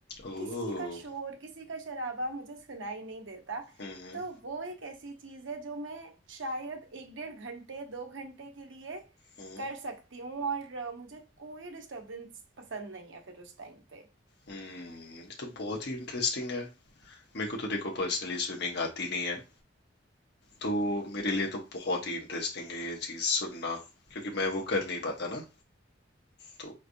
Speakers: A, on the left; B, on the right.
A: ओह
B: किसी का शोर किसी का शराबा मुझे सुनाई नहीं देता
A: हम्म
B: तो वो एक ऐसी चीज है जो मैं शायद एक डेढ़ घंटे दो घंटे के लिए
A: हम्म
B: कर सकती हूँ और अ, मुझे कोई डिस्टरबेंस पसंद नहीं है फिर उस टाइम पे
A: हम्म ये तो बहुत ही इंटरेस्टिंग है मेरे को तो देखो पर्सनली स्विमिंग आती नहीं है तो मेरे लिए तो बहुत ही इंटरेस्टिंग है ये चीज सुनना क्योंकि मैं वो कर नहीं पाता ना तो